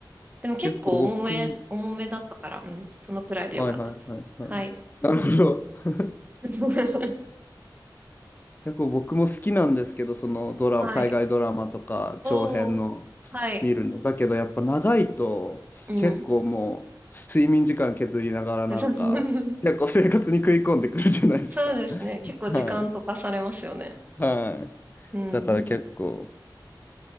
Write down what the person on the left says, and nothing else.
結構僕、
はいはいはいはい。
なるほど。
結構僕も好きなんですけど、そのドラ、
海外ドラマとか長編の
見るの。だけどやっぱ長いと結構もう睡眠時間削りながらなんか結構生活に食い込んでくるじゃないですか。
<laughs>
はい。はい。
だから結構